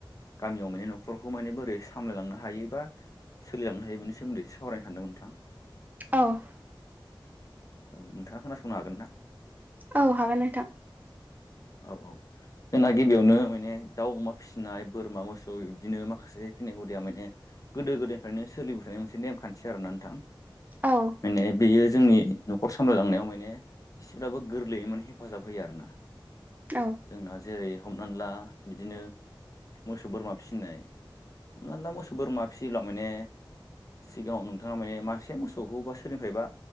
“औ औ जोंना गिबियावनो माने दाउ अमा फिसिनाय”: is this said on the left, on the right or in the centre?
Left